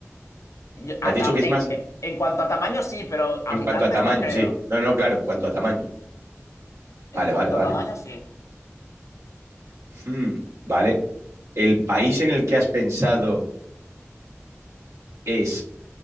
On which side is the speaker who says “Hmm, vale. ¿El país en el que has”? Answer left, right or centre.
Right